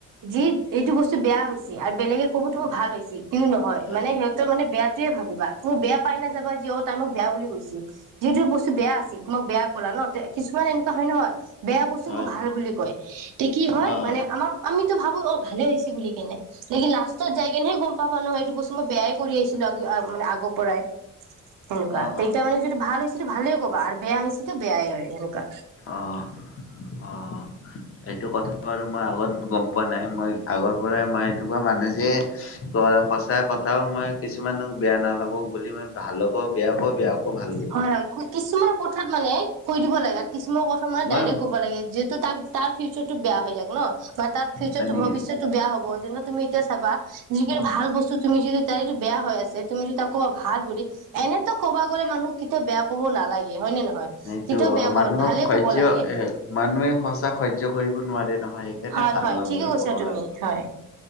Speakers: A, on the right; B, on the left.
A: যে এইটো বস্তু বেয়া হৈছে আৰু বেলেগে ক'ব তোমাৰ ভাল হৈছে। কিন্তু নহয়
B: এ
A: মানে সিহঁতে মানে বেয়াটোৱে ভাবিবা, তুমি বেয়া পাই নাযাবা <unintelligible> তাই মোক বেয়া বুলি কৈছিল। যিহেতু বস্তু বেয়া আছিল <unintelligible> বেয়া কলা ন' কিছুমান এনেকুৱা হয় নহয়- বেয়া বস্তুকো
B: হয়
A: ভাল বুলি কয়, তে কি হয়
B: অ',
A: মানে
B: অ',
A: আমাক আমিতো ভাবোঁ অঁ' ভালে হৈছে বুলি কেনে। লেকিন লাষ্টত যাই কেনেহে গম পাবা নহয় এইটো বস্তু মই বেয়াই কৰি আহিছিলো মানে আগৰ পৰাই। সেনেকুৱা,
B: অ',
A: এতিয়া
B: অ',
A: মানে যদি ভাল হৈছেতো ভালে ক'বা আৰু বেয়া হৈছেতো বেয়াই হয় সেনেকুৱা।
B: অঁ' অঁ' এইটো কথা বাৰু আগত গম পোৱা নাই, মই আগৰ পৰাই মই এনেকুৱা মানে যে সঁচা কথাও মই- কিছুমানক বেয়া নালাগক বুলি মই ভালকো বেয়া কওঁ বেয়াকো ভাল- কওঁ
A: হয় কিছুমান কথাত মানে কৈ দিব লাগে। কিছুমান কথা মানে
B: মই
A: ডাইৰেক্ট ক'ব লাগে যিহেতু তাৰ ফিউচাৰটো বেয়া হৈ যাব ন'। বা তাৰ ফিউচাৰটো
B: হয় নেকি?
A: ভৱিষ্যতো বেয়া হ'ব যেনে তুমি এতিয়া চাবা- যি খিনি ভাল বস্তু তুমি যদি তাইটো বেয়া হৈ আছে তুমি যদি তাক ক'বা ভাল বুলি- এনেতো কবা গ'লে মানুহ কেতিয়াও বেয়া ক'ব নালাগে, হয় নে নহয়।
B: সেইটো
A: কেতিয়াও বেয়া ক'ব
B: মানুহক
A: ভালে
B: সহ্য,
A: ক'ব লাগে
B: এ মানুহে সঁচা সহ্য কৰিব নোৱাৰে নহয়। সেইকাৰণে
A: হয়
B: ভাল
A: হয়,
B: নালাগে
A: ঠিকে কৈছা
B: ক'ব
A: তুমি,
B: কাৰণে
A: হয়,